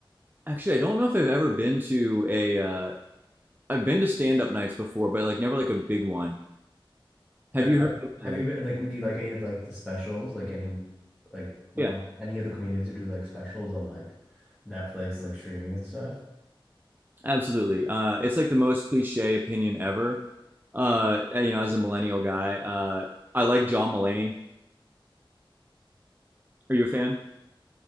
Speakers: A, on the right; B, in the centre.
A: actually, I don't know if I've ever been to a. Uh, I've been to stand up nights before, but like never like a big one. Have
B: Have,
A: you
B: have
A: heard?
B: have
A: of
B: you
A: uh,
B: been like would you like any of like the specials like any like one
A: Yeah.
B: any of the comedians who do like specials on like Netflix and like streaming and stuff?
A: Absolutely. Uh, it's like the most cliche opinion ever. Uh, you know, as a millennial guy, uh, I like John Mulaney. Are you a fan?